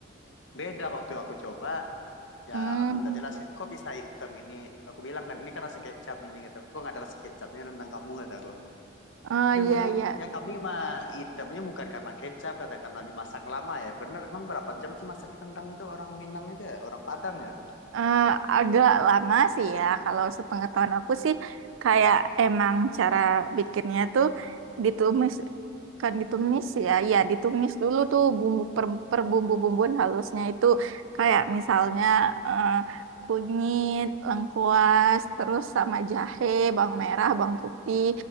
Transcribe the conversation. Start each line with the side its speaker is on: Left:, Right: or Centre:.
Left: beda waktu aku coba. Ya
Right: Hmm.
Left: aku minta jelasin kok bisa hitam ini. Aku bilang kan ini kan rasa kecap ini gitu. Kok nggak ada rasa kecapnya rendang kamu kata aku.
Right: Oh
Left: Terus dia
Right: iya
Left: ngomong
Right: iya.
Left: ya kami mah hitamnya bukan karena kecap kata karena dimasak lama ya. Bener emang berapa jam sih masak rendang itu orang Minang itu ya orang Padang ya.
Right: Eh, agak lama sih ya. Kalau sepengetahuan aku sih kayak emang cara bikinnya tuh ditumis kan ditumis ya. Ya, ditumis dulu tuh bumbu per, per bumbu-bumbuan halusnya itu kayak misalnya eh, kunyit, lengkuas, terus sama jahe, bawang merah, bawang putih.